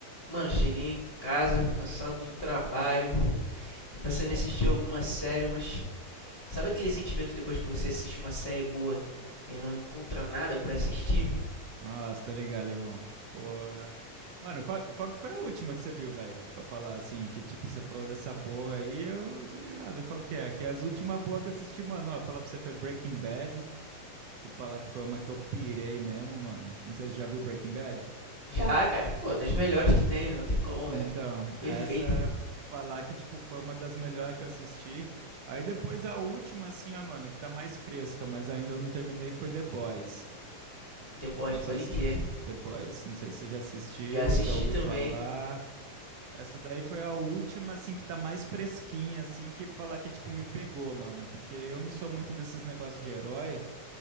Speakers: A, on the left (about 40°); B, on the right (about 75°).
A: Mano, cheguei em casa, cansado do trabalho. Tô pensando em assistir alguma série, mas sabe aquele sentimento depois que você assiste uma série boa e não encontra nada pra assistir?
B: Nossa, tô ligado, irmão. Porra. Mano, qual, qual que foi a última que você viu, velho? Pra falar assim, que tipo, você falou dessa boa aí, eu tô ligado. Qual que é? Que é as últimas boas que eu assisti, mano, ó, falar pra você foi Breaking Bad, que falar que foi uma que eu pirei mesmo, mano. Não sei se você já viu Breaking Bad.
A: Já, cara, pô, das melhores
B: É,
A: que tem, não
B: é.
A: tem como,
B: Então,
A: é perfeita.
B: essa é falar que tipo foi uma das melhores que eu assisti. Aí depois a última assim, ó, mano, que tá mais fresca, mas ainda eu não terminei foi The Boys.
A: The Boys,
B: Não
A: pode
B: sei se
A: crer.
B: The Boys, não sei se você já assistiu,
A: Já assisti
B: já ouviu
A: também.
B: falar. Essa daí foi a última, assim, que tá mais fresquinha, assim, que falar que, tipo, me pegou, mano. Porque eu não sou muito desses negócios de herói,